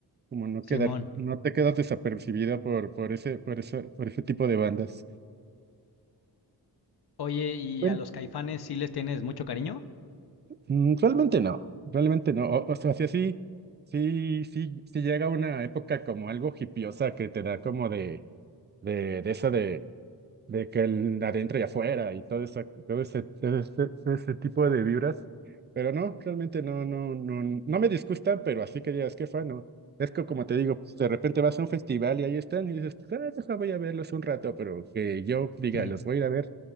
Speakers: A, on the right; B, on the left.
A: como no
B: Simón.
A: quedar, no te quedas desapercibida por, por ese, por ese por ese tipo de bandas.
B: Oye, ¿y
A: Bueno,
B: a los Caifanes sí les tienes mucho cariño?
A: mm, realmente no, realmente no. O, o sea, sí, sí, sí, sí, sí llega una época como algo hipiosa que te da como de, de, de esa de de que el adentro y afuera y todo esa- todo ese, todo ese, todo ese tipo de vibras. Pero no, realmente no, no, no, no me disgusta, pero así que digas, qué fan, ¿no? Es que como te digo, pues, de repente vas a un festival y ahí están y dices, pues, ah, deja, voy a verlos un rato, pero que yo diga,
B: <laughs>
A: los voy a ir a ver